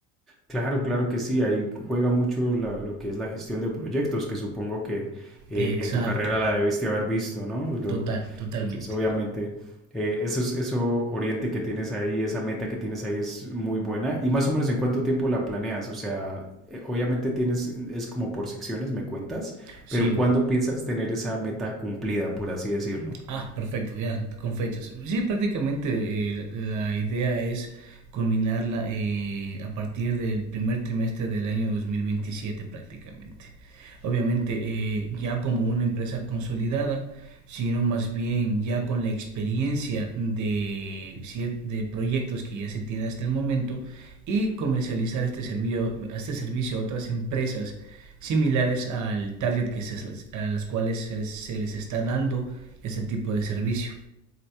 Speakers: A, in the centre; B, on the right.
A: Claro, claro que sí, ahí juega mucho la- lo que es la gestión de proyectos, que supongo que eh,
B: Exacto,
A: en tu carrera la debiste haber visto, ¿no? Lo-
B: total, totalmente.
A: entonces, obviamente, eh, eso, es- eso oriente que tienes ahí, esa meta que tienes ahí es muy buena. ¿Y más o menos en cuánto tiempo la planeas? O sea, eh, obviamente tienes, es como por secciones, me cuentas,
B: Sí,
A: pero ¿cuándo piensas tener esa meta cumplida, por así decirlo?
B: Ah, perfecto, ya, con fechas. Sí, prácticamente eh, la la idea es culminarla eh, a partir del primer trimestre del año 2027 prácticamente. Obviamente eh, ya como una empresa consolidada, sino más bien ya con la experiencia de, cier- de proyectos que ya se tiene hasta el momento y comercializar este servicio, este servicio a otras empresas similares al target que se, a las cuales se les, se les está dando ese tipo de servicio.